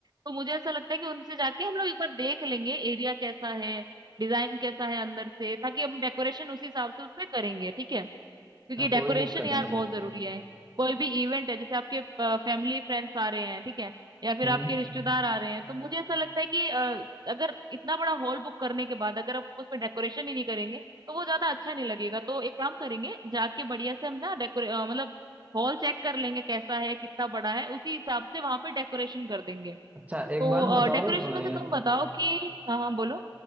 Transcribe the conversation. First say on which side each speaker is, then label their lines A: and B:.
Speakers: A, on the right; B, on the right.
A: तो मुझे ऐसा लगता है कि उनसे जाके हम लोग एक बार देख लेंगे एरिया कैसा है डिजाइन कैसा है अंदर से ताकि हम डेकोरेशन उसी हिसाब से उसमें करेंगे ठीक है क्योंकि
B: हाँ
A: डेकोरेशन
B: कोई दिक्कत
A: यार
B: नहीं
A: बहुत जरूरी है कोई भी इवेंट है जैसे आपके फैमिली फ्रेंड्स आ रहे हैं ठीक है या फिर
B: हम्म
A: आपके रिश्तेदार आ रहे हैं तो मुझे ऐसा लगता है कि अ, अगर इतना बड़ा हॉल बुक करने के बाद अगर आप उसमें डेकोरेशन ही नहीं करेंगे तो वो ज्यादा अच्छा नहीं लगेगा तो एक काम करेंगे जाके बढ़िया से हम ना डेकोरे अ, मतलब हॉल चेक कर लेंगे कैसा है कितना बड़ा है उसी हिसाब से वहां पे डेकोरेशन कर देंगे
B: अच्छा एक
A: तो
B: बात बताओ
A: डेकोरेशन
B: अ,
A: में से तुम बताओ कि हाँ हाँ बोलो